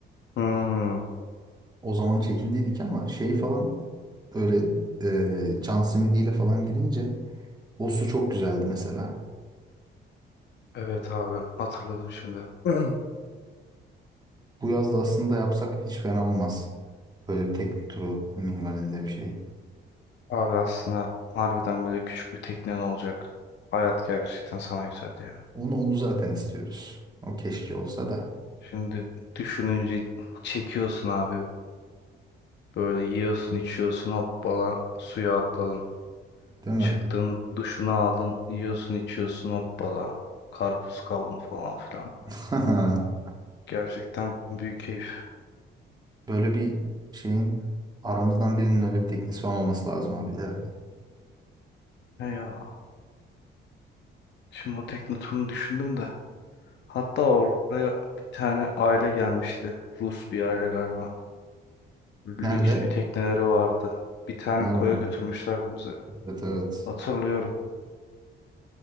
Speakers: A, on the left (about 60°); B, on the right (about 20°).
A: Hmm,
B: O zaman çekindiydik ama şey falan öyle e, John Smith ile falan girince o su çok güzeldi mesela.
A: evet abi hatırladım şimdi. <clears throat>
B: Bu yaz da aslında yapsak hiç fena olmaz. Böyle bir tekne turu minvalinde bir şey.
A: Abi aslında harbiden böyle küçük bir teknen olacak. Hayat gerçekten sana güzel ya.
B: Onu onu zaten istiyoruz. O keşke olsa da,
A: Şimdi düşününce çekiyorsun abi. Böyle yiyorsun içiyorsun hoppala suya atladın.
B: değil mi?
A: Çıktın duşunu aldın yiyorsun içiyorsun hoppala. Karpuz kavun falan filan.
B: <laughs>
A: Gerçekten büyük keyif.
B: Böyle bir şeyin aramızdan birinin öyle bir teknesi falan olması lazım abi ileride.
A: Eyvah. Şimdi o Teknotur'u düşündüm de. Hatta oraya bir tane aile gelmişti. Rus bir aile galiba. Lüks
B: Nerede?
A: bir tekneleri vardı. Bir tane
B: Ha,
A: koya götürmüşlerdi bize.
B: evet evet.
A: Hatırlıyorum.